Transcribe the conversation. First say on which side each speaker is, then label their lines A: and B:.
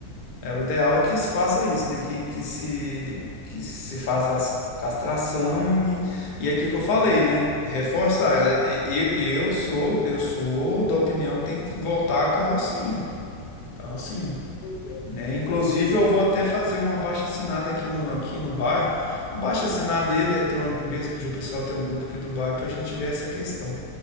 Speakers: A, on the left; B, on the left.
A: É, o ideal é que se faça isso, né? Que, que se, que se faça as castração e, e é aquilo que
B: Projeto,
A: eu falei, né? Reforçar. E- Eu, eu sou, eu sou da opinião que tem que voltar a carrocinha, carrocinha,
B: pois é.
A: né? Inclusive,
B: Mas,
A: eu vou até fazer um abaixo-assinado aqui no, aqui no bairro, um abaixo-assinado eletrônico mesmo, pedir o pessoal ter um grupo aqui do bairro para a gente ver essa questão,